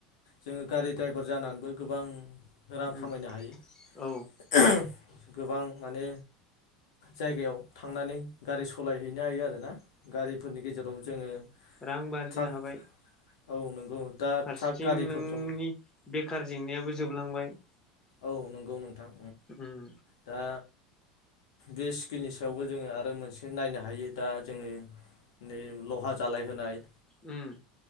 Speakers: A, on the left; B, on the left.
A: जोङो गारि ड्राइभार जानानैबो गोबां रां
B: उम
A: खामायनो हायो
B: औ
A: गोबां माने जायगायाव थांनानै गारि सालायहैनो हायो आरो ना। गारिफोरनि गेजेराव जोङो
B: रां आरजिनो
A: ट्राक
B: हाबाय।
A: औ नंगौ। दा
B: फारसेथिं
A: ट्राक गारिफोर
B: नोंनि
A: दं
B: बेखार जेंनायाबो जोबोद बुलांबाय।
A: औ नंगौ नोंथां।
B: उम
A: दा बे स्किमनि सायावबो जोङो आरो मोनसे नायनो हायो दा जोङो नै लहा जालाय होनोनाय।
B: उम